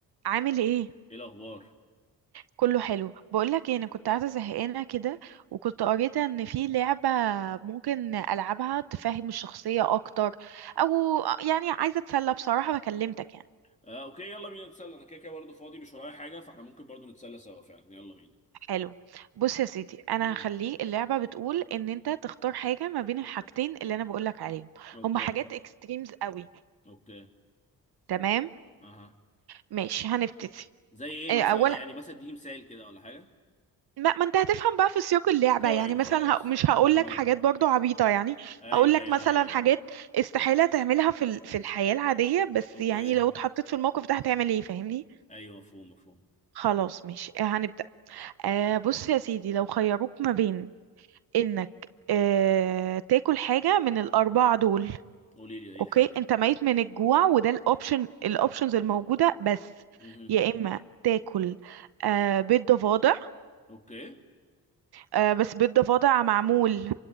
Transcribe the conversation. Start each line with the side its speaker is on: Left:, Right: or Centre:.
Right: عامل ايه
Left: ايه الاخبار
Right: كله حلو بقولك ايه انا كنت قاعده زهقانه كده وكنت قريت ان في لعبه ممكن العبها تفهم الشخصيه اكتر او يعني عايزه اتسلى بصراحه فكلمتك يعني
Left: آه اوكي يلا بينا نتسلى انا كده كده برضه فاضي مش ورايا حاجه فاحنا ممكن برضه نتسلى سوا فعلا يلا بينا
Right: حلو بص يا سيدي انا
Left: امم
Right: هخليه اللعبه بتقول ان انت تختار حاجه ما بين الحاجتين اللي انا بقولك عليهم
Left: اوكي
Right: هما حاجات اكستريمز قوي
Left: اوكي
Right: تمام
Left: اها
Right: ماشي هنبتدي
Left: زي ايه
Right: آه،
Left: مثلا
Right: اولا
Left: يعني مثلا اديني مثال كده ولا حاجه
Right: ما, ما انت هتفهم بقى في سياق اللعبة
Left: طيب
Right: يعني مثلا
Left: خلاص
Right: ه... مش هقول
Left: قولي
Right: لك حاجات
Left: لي
Right: برضو عبيطة يعني
Left: ايوه
Right: هقول لك
Left: ايوه
Right: مثلا
Left: ايوه
Right: حاجات
Left: ايوه
Right: استحالة تعملها في ال... في الحياة العادية بس
Left: اوكي
Right: يعني لو اتحطيت في الموقف ده هتعمل ايه فاهمني
Left: ايوه مفهوم مفهوم
Right: خلاص ماشي آه، هنبدأ آه بص يا سيدي لو خيروك ما بين انك آه تاكل حاجة من الأربعة دول
Left: قولي لي ايه
Right: اوكي
Left: الحاجات
Right: انت ميت من الجوع وده الاوبشن الاوبشنز الموجودة بس
Left: امم
Right: يا اما تاكل آه بيض ضفادع
Left: اوكي
Right: آه، بس بيض ضفادع معمول